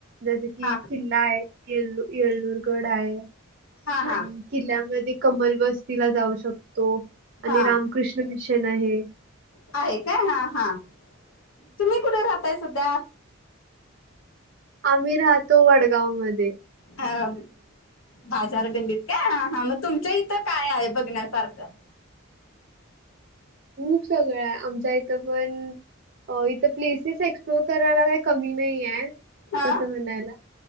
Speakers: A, on the right; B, on the left.
A: जसं की
B: हा
A: किल्ला आहे. येल्लू येल्लूरगड आहे.
B: हा हा
A: आणि किल्ल्यामध्ये, कमल बस्तीला जाऊ शकतो. आणि
B: हा
A: रामकृष्ण मिशन आहे.
B: आहे काय, हा हा.. तुम्ही कुठे राहताय संध्या.
A: आम्ही राहतो वडगाव मध्ये.
B: अं... बाजार गल्लीत काय, हा... मग तुमच्या इथं काय आहे बघण्यासारखं.
A: खूप सगळ्या, आमच्या इथं पण. हो इथं प्लेसेस एक्सप्लोर करायला, काय कमी नाही ये.
B: हा
A: तसं म्हणायला,